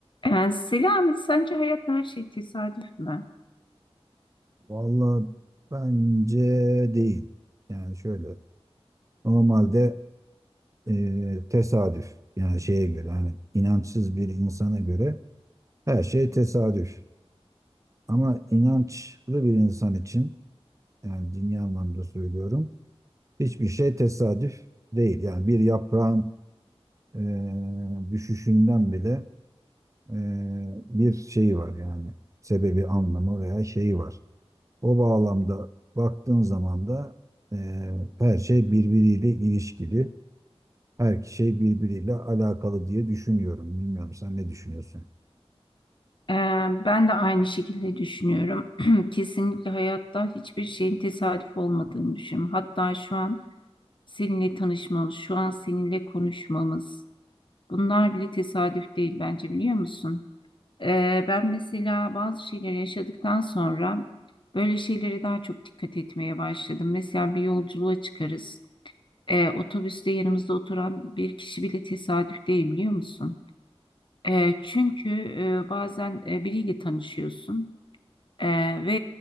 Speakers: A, on the left; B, on the right.
A: Ee, Selami, sence hayatta her şey tesadüf mü?
B: Vallahi bence değil. Yani şöyle normalde e, tesadüf yani şeye göre hani inançsız bir insana göre her şey tesadüf. Ama inançlı bir insan için yani dini anlamda söylüyorum hiçbir şey tesadüf değil. Yani bir yaprağın e, düşüşünden bile e, bir şeyi var yani sebebi anlamı veya şeyi var. O bağlamda baktığın zaman da eee, her şey birbiriyle ilişkili. Her şey birbiriyle alakalı diye düşünüyorum. Bilmiyorum sen ne düşünüyorsun?
A: Ee, ben de aynı şekilde düşünüyorum. <clears throat> Kesinlikle hayatta hiçbir şeyin tesadüf olmadığını düşünüyorum. Hatta şu an seninle tanışmamız, şu an seninle konuşmamız, bunlar bile tesadüf değil bence biliyor musun? Ee, ben mesela bazı şeyleri yaşadıktan sonra böyle şeylere daha çok dikkat etmeye başladım. Mesela bir yolculuğa çıkarız. Ee, otobüste yanımızda oturan bir kişi bile tesadüf değil biliyor musun? E, çünkü e, bazen e, biriyle tanışıyorsun e, ve